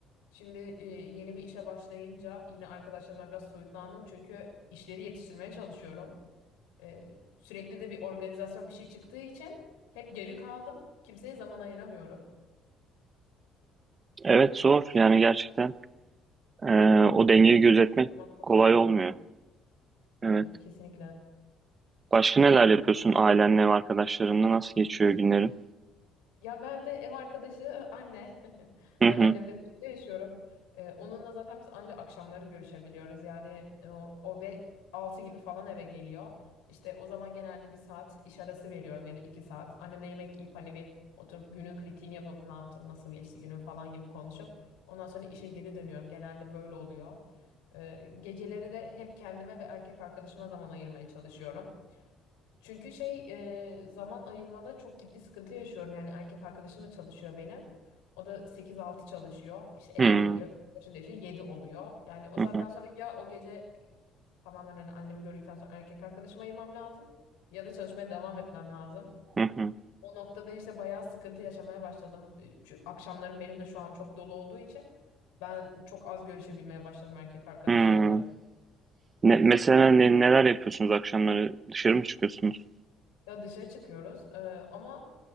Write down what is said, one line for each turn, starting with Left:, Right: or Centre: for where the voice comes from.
Left: Şimdi e, yeni bir işe başlayınca yine arkadaşlarımla biraz soyutlandım çünkü işleri yetiştirmeye çalışıyorum. Ee, sürekli de bir organizasyon bir şey çıktığı için hep geri kaldım. Kimseye zaman ayıramıyorum.
Right: Evet zor yani gerçekten. Ee, o dengeyi gözetmek
Left: Zaman çok
Right: kolay
Left: zor oluyor.
Right: olmuyor. Evet.
Left: Evet kesinlikle.
Right: Başka neler yapıyorsun ailenle ve arkadaşlarınla? Nasıl geçiyor günlerin?
Left: Ya ben de ev arkadaşı anne. <laughs>
Right: Hı
Left: Ben
Right: hı.
Left: annemle birlikte yaşıyorum. Ee, onunla zaten biz ancak akşamları görüşebiliyoruz. Yani e, o, o ve 6 gibi falan eve geliyor. İşte o zaman genelde bir saat iş arası veriyorum ya da iki saat. Annemle yemek yiyip hani bir oturup günün kritiğini yapıp ne yaptın, nasıl geçti günün falan gibi konuşup ondan sonra işe geri dönüyorum. Genelde böyle oluyor. Ee, geceleri de hep kendime ve erkek arkadaşıma zaman ayırmaya çalışıyorum. Çünkü şey e, zaman ayırmada çok ciddi sıkıntı yaşıyorum. Yani erkek arkadaşım da çalışıyor benim. O da sekiz altı çalışıyor. İşte eve
Right: Hı hı.
Left: geliyor. Başında işte Yedi oluyor. Yani o
Right: Hı
Left: saatten sonra ya o gece tamamen hani annemi gördükten sonra erkek arkadaşıma ayırmam lazım. Ya da çalışmaya devam etmem lazım.
Right: hı.
Left: O noktada işte bayağı sıkıntı yaşamaya başladım. Çünkü akşamlarım benim de şu an çok dolu olduğu için ben çok az görüşebilmeye başladım erkek arkadaşımla
Right: Hı. Hı. Ne, mesela ne- neler yapıyorsunuz akşamları? Dışarı mı çıkıyorsunuz?
Left: Ya dışarı çıkıyoruz e, ama